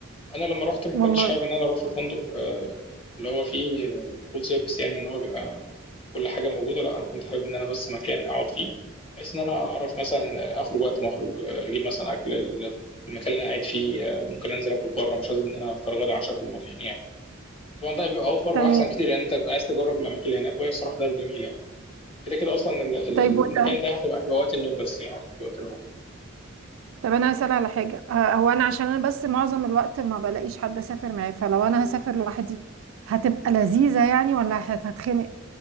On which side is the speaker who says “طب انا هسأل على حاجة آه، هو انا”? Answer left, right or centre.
Right